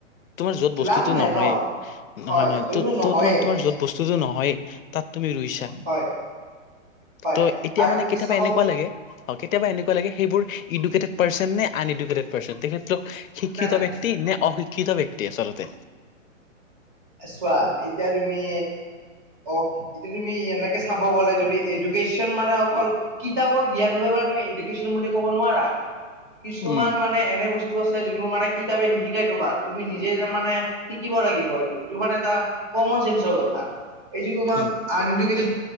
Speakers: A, on the left; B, on the right.
A: তোমাৰ যত বস্তুতো
B: লাভ নাই
A: নহয়েই
B: ন হয়
A: নহয় নহয়
B: নহয়
A: ত তোমাৰ তোমাৰ যত বস্তুতটো নহয়েই তাত তুমি ৰুইছা
B: হয় হয়
A: ত' এতিয়া
B: আৰু
A: মানে
B: তুমি
A: কেতিয়াবা
B: চাব
A: এনেকুৱা লাগে হয় কেতিয়াবা এনেুৱা লাগে সেইবোৰ এডকেটেড পাৰ্চন নে আন এডেটেড পাৰ্চ তেখেত শিক্ষিত
B: না নাই
A: ব্যক্তি নে অশিক্ষিত ব্যক্তি আচলতে
B: ছয়া ইতিয়া তুমি অ এতিয়া তুমি এনেকে চাব গ'লে যদি এডুকেশ্যন মানে অকল কিতাপৰ জ্ঞান লৈ বা তুমি এডুকেন বুলি ক'ব নোৱাৰা কিছুমান
A: উম
B: মানে এনে বস্তু ছে যোনো মানে কিতাপে নিশিকাই তোমাক তুমি নিজে মানে শিকিব লাগিব এইটো এইটো মানে এটা কমন চেঞ্চ কথা এইটো তোমাৰন
A: উম
B: এ